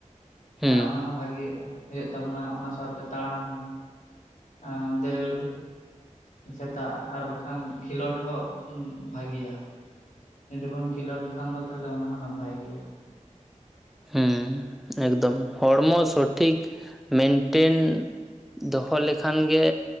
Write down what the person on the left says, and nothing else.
ᱮᱸᱜ ᱱᱟᱦᱚᱸ ᱵᱷᱟᱜᱮ ᱦᱳᱭᱳᱜ ᱛᱟᱵᱚᱱᱟ ᱚᱱᱟ ᱥᱟᱶᱛᱮ ᱛᱟᱲᱟᱢ ᱟᱸ ᱫᱟᱹᱲ ᱥᱮᱛᱟᱜ ᱟᱨ ᱵᱟᱠᱷᱟᱱ ᱠᱷᱮᱞᱳᱰ ᱦᱚᱸ ᱵᱷᱟᱜᱮᱭᱟ ᱡᱩᱫᱤ ᱵᱚᱱ ᱠᱷᱮᱞᱳᱰ ᱠᱷᱟᱱ ᱫᱚ ᱛᱟᱦᱞᱮ ᱚᱱᱟ ᱦᱚᱸ ᱱᱟᱯᱟᱭ ᱜᱮᱭᱟ